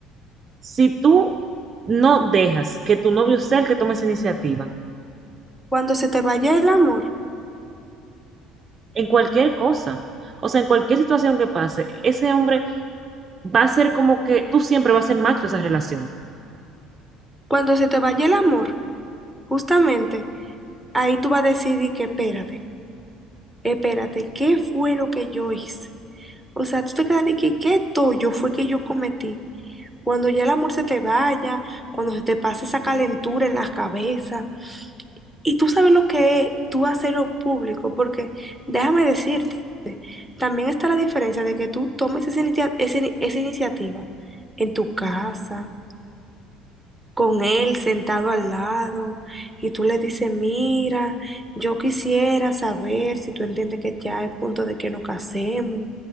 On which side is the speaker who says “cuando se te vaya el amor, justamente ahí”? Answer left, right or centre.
Centre